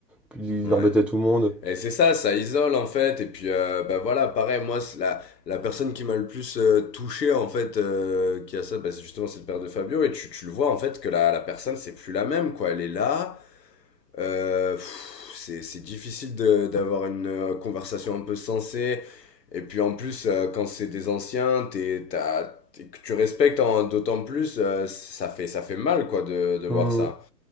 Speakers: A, in the centre; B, on the left.
A: Plus
B: ouais.
A: il embêtait tout le monde.
B: Et c'est ça, ça isole, en fait. Et puis, euh, bah voilà, pareil, moi, c'est la, la personne qui m'a le plus euh, touché, en fait, euh, qui a ça, bah, c'est justement, cette le de Fabio. Et tu, tu le vois, en fait, que la, la personne, c'est plus la même, quoi. Elle est là. Euh, pff, c'est c'est difficile de- d'avoir une euh, conversation un peu sensée. Et puis en plus, euh, quand c'est des anciens, t'es, t'as, t'es- que tu respectes en- d'autant plus, euh, ça fait, ça fait mal quoi de, de
A: Hmm.
B: voir ça.